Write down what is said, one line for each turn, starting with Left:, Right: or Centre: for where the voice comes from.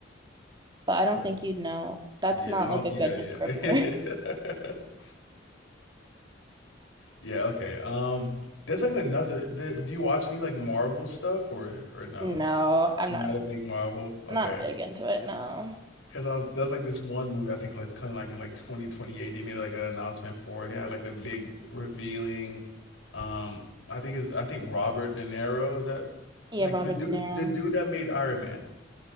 Right: but
Left: Okay.
Right: I don't think you'd know. That's
Left: Yeah.
Right: not
Left: I don't-
Right: like a
Left: yeah,
Right: good
Left: yeah.
Right: descriptor. <laughs>
Left: <laughs> Yeah, okay. Um, there's like another. The, do you watch any like Marvel stuff or or no?
Right: No, I'm
Left: You're
Right: not
Left: not a big Marvel. Okay,
Right: I'm not big into it, no.
Left: because I was there's like this one movie I think like kind of like in like 2028 they made like an announcement for it. They had like a big revealing. Um, I think it's I think Robert De Niro is that
Right: Yeah,
Left: like
Right: Robert
Left: the dude
Right: De Niro.
Left: the dude that made Iron Man.